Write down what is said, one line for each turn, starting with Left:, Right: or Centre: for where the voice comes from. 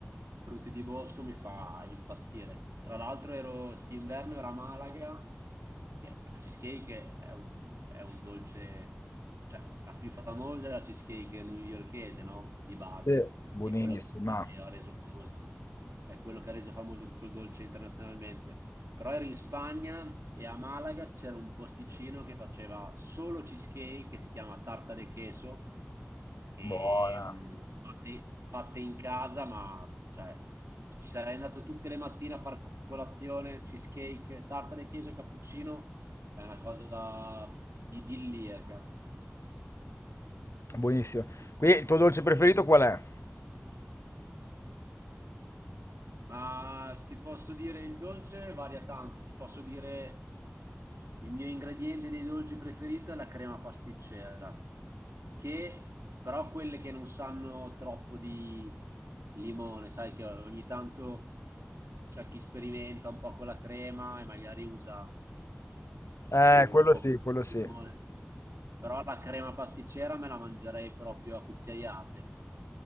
Right: frutti di bosco, mi fa impazzire. Tra l'altro ero, st'inverno ero a Malaga, che la cheesecake è un, è un dolce, cioè la più famosa è la cheesecake newyorchese, no? Di base,
Left: Sì. Buonissima,
Right: che è quello che ha reso famoso, è quello che ha reso famoso tutto il dolce internazionalmente. Però ero in Spagna e a Malaga c'era un posticino che faceva solo cheesecake che si chiama Tarta de Queso e
Left: buona,
Right: mh, fatte, fatte in casa, ma cioè ci sarei andato tutte le mattine a fare colazione, cheesecake, tarta de queso e cappuccino, è una cosa idilliaca.
Left: buonissima. Qui il tuo dolce preferito qual è?
Right: Ma ti posso dire il dolce varia tanto, ti posso dire il mio ingrediente dei dolci preferito è la crema pasticcera, che però quelle che non sanno troppo di limone, sai che ogni tanto c'è chi sperimenta un po' con la crema e magari usa
Left: Eh,
Right: eh,
Left: quello
Right: un po'
Left: sì,
Right: più
Left: quello sì.
Right: di limone, però la crema pasticcera me la mangerei proprio a cucchiaiate.